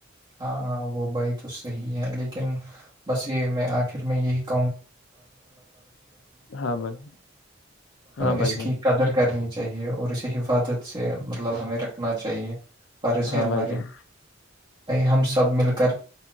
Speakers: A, on the right; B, on the left.
A: ہاں ہاں وہ بھائی تو صحی ہے لیکن بس یہ میں آخر میں یہی <inaudible>
B: ہاں بھائی ہاں
A: اس
B: بھائی جان
A: کی قدر کرنی چاہیے اور اسی حفاظت سے مطلب ہمیں رکھنا چاہیے فارض
B: ہاں
A: ہے ہمارے
B: بھائی جان
A: ہم سب مل کر